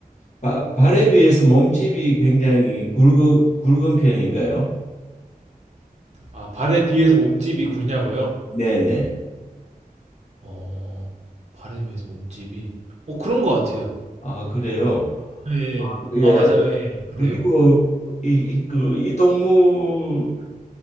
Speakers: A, on the left; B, on the right.
A: 바, 발에 비해서 몸집이 굉장히 굵어, 굵은 편인가요?
B: 아, 발에 비해서 몸집이 굵냐고요?
A: 네네.
B: 어, 발에 비해서 몸집이 어 그런 것 같아요.
A: 아, 그래요.
B: 예, 예.
A: 예.
B: 아 맞아요. 예, 예. 그래요.
A: 그리고 이, 이, 그, 이 동물은